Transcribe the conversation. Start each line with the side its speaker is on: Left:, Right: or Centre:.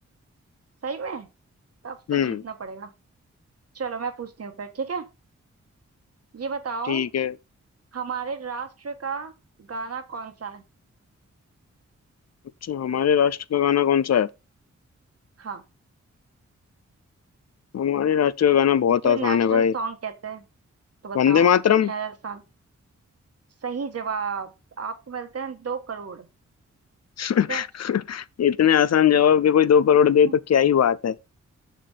Right: सही में तब
Left: हम्म
Right: तो जीतना पड़ेगा चलो मैं पूछती हूँ फिर ठीक है ये बताओ
Left: ठीक है
Right: हमारे राष्ट्र का गाना कौन सा है
Left: अच्छा हमारे राष्ट्र का गाना कौन सा है
Right: हाँ
Left: हमारे राष्ट्र का गाना बहुत
Right: जिसे
Left: आसान
Right: नेशनल
Left: है भाई
Right: सॉन्ग कहते हैं तो बताओ
Left: वंदे मातरम
Right: है आसान सही जवाब आपको मिलते हैं दो करोड़
Left: <laughs>
Right: ठीक है
Left: इतने आसान जवाब के कोई दो करोड़ दे
Right: हम्म,
Left: तो क्या ही बात है